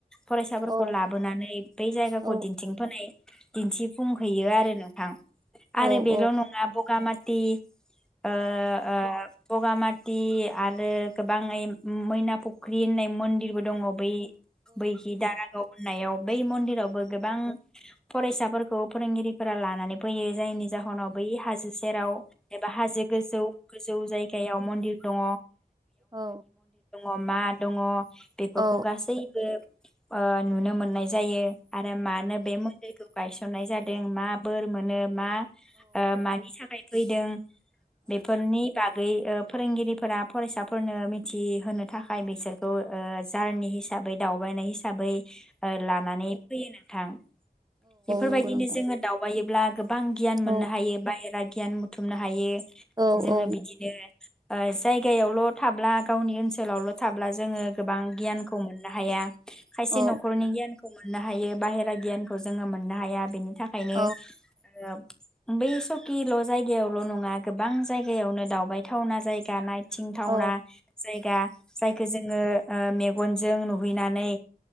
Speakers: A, in the centre; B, on the right.
A: फरायसाफोरखौ
B: औ
A: लाबोनानै, बै जायगाखौ
B: औ
A: दिन्थिंफोनाय दिन्थिफुंहैयो आरो नोंथां। आरो
B: औ
A: बेल
B: औ
A: नङा बगा मास दे ओ ओ बगामाथि आरो गोबाङै मैना फुख्रि होननाय मन्दिरबो दङ बै बै खि दारागाव होननायाव बै मन्दिरावबो गोबां फरायसाफोरखौ फोरोंगिरिफोरा लानानै फैयो जायनि जाहोनाव बै हाजो सेराव एबा हाजो गोजौ गोजौ जायगायाव मन्दिर दङ।
B: औ
A: अमा दङ। बेफोरखौ
B: औ
A: गासैबो ओह नुनो मोननाय जायो। आरो मानो बे मन्दिरखौ गायसन ननाय जादों मा बोर मोनो मा? ओह मानि थाखायथ फैदों। बेफोरनि बाग गै ओह फोरोंगिरिफोरा फरायसाफोरनो मिथिहोनो थाखाय बिसोरखौ ओह जारनि हिसाबै दावबायनाय हिसाबै ओह लानानै फैयोना थां बेफोरबायदिनो
B: नंगौ नोंथां
A: जोङो दावबायोब्ला बां गियान मोननो
B: औ
A: हायो बाहेरा गियान बुथुमनो हायो।
B: औ
A: जोङो
B: औ
A: बिदिनो ओह जायगायावल' थाब्ला गावनि ओनसोलावल थाब्ला जोङो गोबां गियानखौ मोननो हाया खायसे
B: औ
A: नखरनि गियानखौ मोन मोननो हायो बाहेरा गियानखौ जोङो मोननो हाया बेनि थाखायनो
B: औ
A: ओह बे सखि ल' जायगायावल' नङा। गोबां जायगायावनो दावबायथावना जायगा नाय थिंथावना
B: औ
A: जायगा जायखौ जोङो ओ मेगनजों नुहैनानै